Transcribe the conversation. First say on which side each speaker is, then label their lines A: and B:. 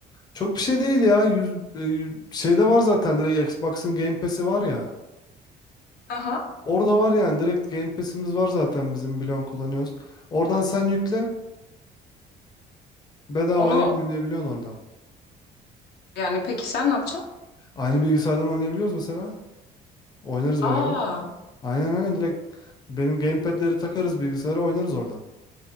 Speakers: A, on the left (about 25°); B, on the left (about 75°).
A: Çok bir şey değil ya. Yüz, e, şeyde var zaten direkt Xbox'ın Game Pass'i var ya.
B: Aha.
A: Orada var yani direkt Game Pass'imiz var zaten bizim biliyorsun kullanıyoruz. Oradan sen yükle bedavaya
B: Onu
A: oynayabiliyorsun oradan.
B: yani peki sen ne yapacaksın?
A: Aynı bilgisayardan oynayabiliyoruz mesela. Oynarız
B: Aa,
A: beraber. Aynen aynen direkt benim gamepad'leri takarız bilgisayara oynarız oradan.